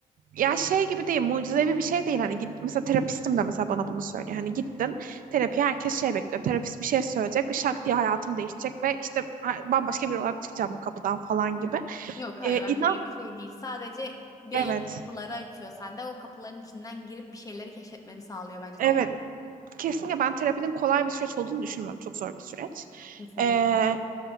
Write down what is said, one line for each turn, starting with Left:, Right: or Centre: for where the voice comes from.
Right: ya şey gibi değil, mucizevi bir şey değil. Hani git, mesela terapistim de mesela bana bunu söylüyor. Hani gittin terapiye herkes şey bekliyor. Terapist bir şey söyleyecek, ve şak diye hayatım değişecek ve işte ha- bambaşka biri olarak çıkacağım bu kapıdan falan gibi.
Left: Yok hayır
Right: Ee,
Left: bence
Right: inan,
Left: öyle bir şey değil. Sadece belli
Right: evet.
Left: kapıları açıyor. Sen de o kapıların içinden girip bir şeyleri keşfetmeni sağlıyor bence
Right: Evet,
Left: terapi.
Right: kesinlikle ben terapinin kolay bir süreç olduğunu düşünmüyorum. Çok zor bir süreç.
Left: Kesinlikle.
Right: Ee,